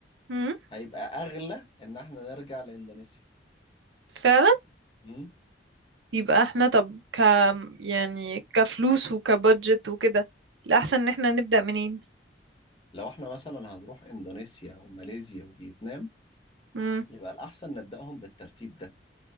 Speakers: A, on the right (about 80°); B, on the left (about 25°).
A: امم
B: هيبقى أغلى إن احنا نرجع لإندونيسيا
A: فعلا
B: مم؟
A: يبقى احنا طب ك يعني كفلوس وكبادجت وكده الاحسن ان احنا نبدأ منين
B: لو احنا مثلا هنروح إندونيسيا وماليزيا وفيتنام
A: امم
B: يبقى الأحسن نبدأهم بالترتيب ده